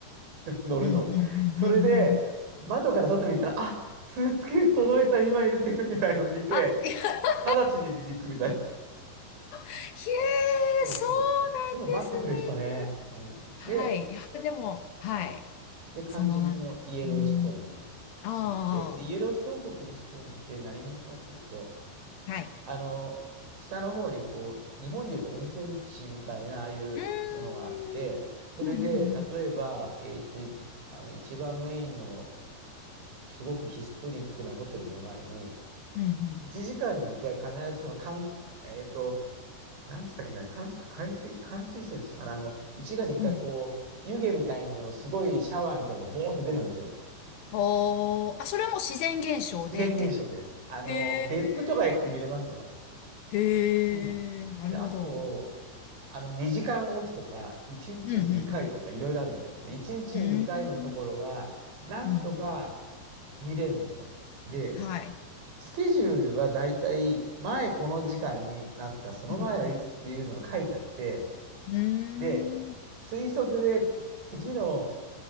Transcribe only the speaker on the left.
うん。うん。
うん。うん。うん
あ、いや、<laughs> へ
え、
そうなんです
ね。
はい。
いや、でも、はい。
そのなんか、うん。あ
あ、はい。
うーん。
うん、うん、
うん。
うん、う
ん。うん
おー、あ、それも自然現象で出る。
へ
え、
へえ、
なるほど。
うん、うん、
うん。うん、
うん、うん。
はい。
うん、うん。うーん、